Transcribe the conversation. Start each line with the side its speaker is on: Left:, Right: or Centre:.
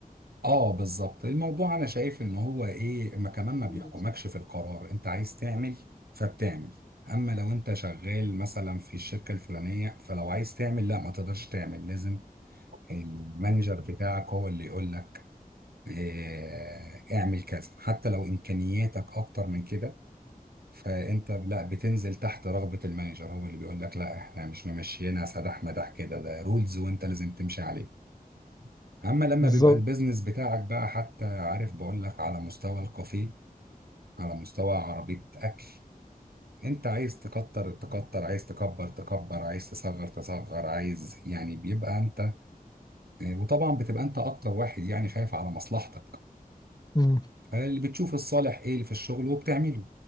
Right: اه بالظبط الموضوع انا شايف ان هو ايه ما كمان ما بيحكمكش
Left: مم.
Right: في القرار انت عايز تعمل فبتعمل اما لو انت شغال مثلا في الشركه الفلانيه فلو عايز تعمل لا ما تقدرش تعمل لازم المانجر بتاعك هو اللي يقول لك إيه اعمل كذا حتى لو امكانياتك اكتر من كده فانت لا بتنزل تحت رغبة المانجر هو اللي بيقول لك لا احنا مش ممشيينها سداح مداح كده ده رولز وانت لازم تمشي عليه اما لما
Left: بالظبط
Right: بيبقى البيزنس بتاعك بقى حتى عارف بقول لك على مستوى الكافيه على مستوى عربية اكل انت عايز تكتر تكتر عايز تكبر تكبر عايز تصغر تصغر عايز يعني بيبقى انت وطبعا بتبقى انت اكتر واحد يعني خايف على مصلحتك
Left: مم.
Right: فاللي بتشوف الصالح ايه اللي في الشغل وبتعمله